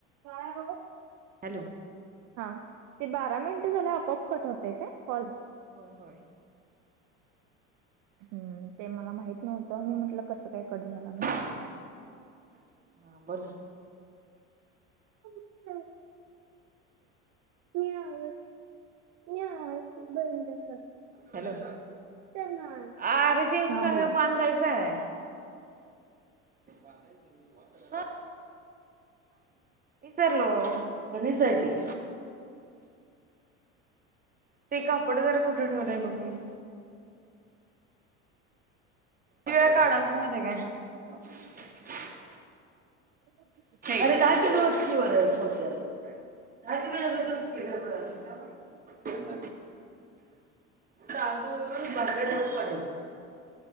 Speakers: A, on the right; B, on the right.
A: काय हो.
B: हॅलो!
A: हा ते बारा मिनिटं झाल्या आपोआप कट होत काय कॉल.
B: होय होय.
A: हम् ते मला माहित नव्हतं मी म्हटलं कसं काय कट झालं म्हणुन.
B: हा बोला?
A: अचछ मवज नवाज <inaudible> बंद करते.
B: हॅलो!
A: ना
B: अरे ते
A: हा
B: का
A: बोला
B: हे बांधायचं
A: की
B: आहे. बर विसरलो गणी साठी. ते कपड जरा कुठं ठेवलंय बघ मी. त वळ काढाल तु माही ते काय <inaudible> आपण
A: <inaudible>
B: अरे राजातला ओत्कवर फते क <inaudible> ंद तांदूळ बगगड पडेल.